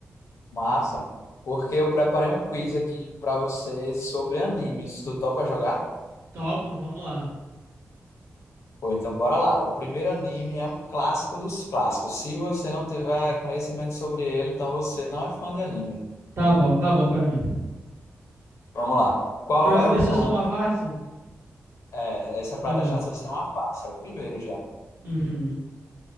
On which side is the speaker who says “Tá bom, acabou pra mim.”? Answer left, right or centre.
Right